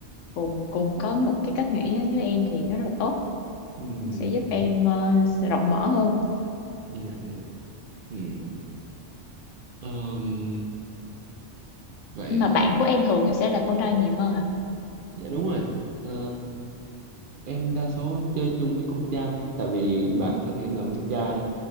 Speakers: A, on the left; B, on the right.
A: cùng cùng có một cái cách nghĩ giống như em thì nó rất là tốt
B: Ừm,
A: nó sẽ giúp em ờ, sẽ rộng mở hơn
B: dạ dạ Ừm, um, vậy
A: nhưng
B: ờ,
A: mà bạn của em thường thì sẽ là con trai nhiều hơn hả
B: dạ đúng rồi Ờ, em đa số chơi chung với con trai tại vì bản thân em là con trai